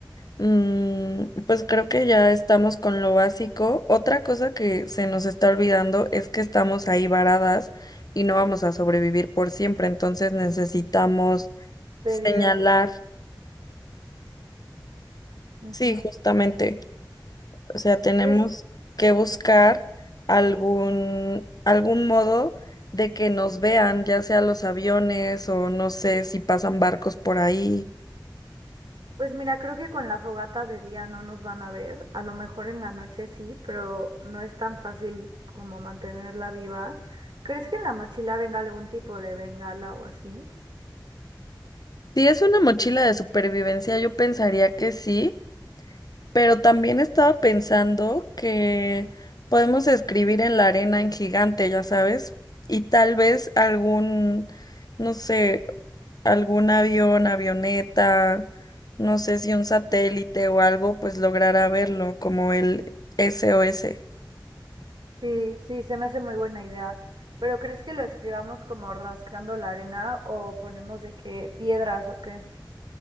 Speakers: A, on the left; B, on the right.
A: Mm, pues creo que ya estamos con lo básico. Otra cosa que se nos está olvidando es que estamos ahí varadas y no vamos a sobrevivir por siempre, entonces necesitamos
B: pedir
A: señalar,
B: ayuda. Ujú.
A: sí, justamente, o sea, tenemos
B: Pues,
A: que buscar algún algún modo de que nos vean, ya sea los aviones o no sé si pasan barcos por ahí.
B: pues mira, creo que con la fogata de día no nos van a ver, a lo mejor en la noche sí, pero no es tan fácil como mantenerla viva. ¿Crees que en la mochila venga algún tipo de bengala o así?
A: Si es una mochila de supervivencia, yo pensaría que sí. Pero también estaba pensando que podemos escribir en la arena en gigante, ya sabes, y tal vez algún, no sé, algún avión, avioneta, no sé si un satélite o algo, pues logrará verlo, como el SOS.
B: Sí, sí, se me hace muy buena idea. Pero ¿crees que lo escribamos como rascando la arena o ponemos de qué piedras o qué?